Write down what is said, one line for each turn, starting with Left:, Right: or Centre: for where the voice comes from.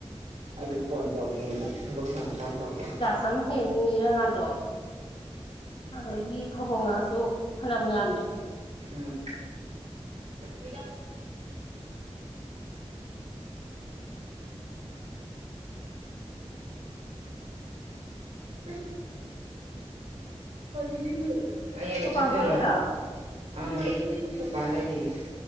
Right: ꯑꯩꯖꯨ ꯐꯣꯟ ꯇꯧꯒꯦꯅ ꯊꯕꯛ ꯁꯪꯉꯀꯥꯟ‌ ꯇꯧꯒꯦꯅ
Left: ꯇꯪ ꯍꯦꯟꯅꯤ ꯏꯔꯪ ꯉꯥꯗꯣ ꯑꯗꯒꯤ ꯐꯕꯣꯡ ꯉꯥꯁꯨ ꯐꯅꯌꯥꯝ ꯌꯥꯝꯃꯦ
Right: ꯎꯝ <inaudible> ꯎ <inaudible> <inaudible> <inaudible> ꯍꯌꯦꯡ
Left: ꯗꯨꯀꯥꯟ
Right: ꯆꯠꯇꫭꯏꯔꫭ
Left: ꯐꯝꯃꯤꯔꯣ
Right: ꯑꯪ ꯗꯨꯀꯥꯟ ꯂꯩꯔꯤꯌꯦ